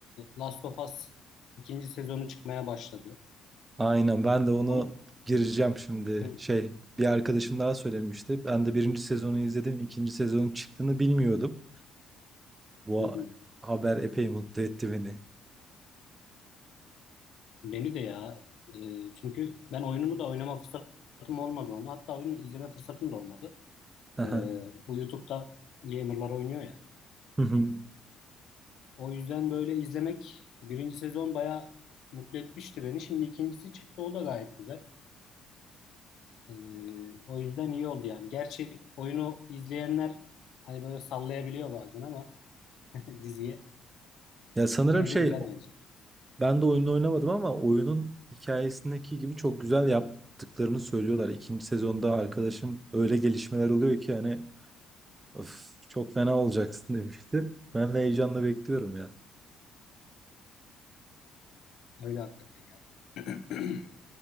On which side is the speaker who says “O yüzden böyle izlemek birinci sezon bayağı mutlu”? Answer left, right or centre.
Left